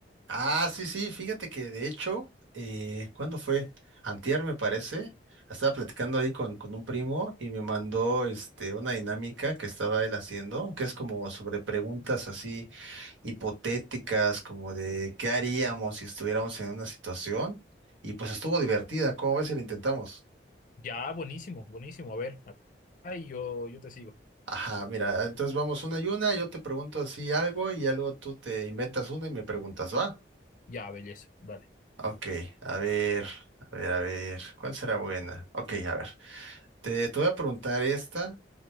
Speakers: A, on the right; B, on the left.
A: Ah, sí, sí, fíjate que de hecho, eh, ¿cuándo fue? Antier me parece. Estaba platicando ahí con, con un primo y me mandó este, una dinámica que estaba él haciendo, que es como sobre preguntas así hipotéticas, como de qué haríamos si estuviéramos en una situación. Y pues estuvo divertida, ¿cómo ves si la intentamos?
B: Ya, buenísimo, buenísimo. A ver, ahí yo, yo te sigo.
A: Ajá, mira, entonces vamos una y una, yo te pregunto así algo y ya luego tú te inventas una y me preguntas, ¿va?
B: Ya, belleza, dale.
A: Ok, a ver, a ver, a ver, ¿cuál será buena? Ok, a ver, te, te voy a preguntar esta,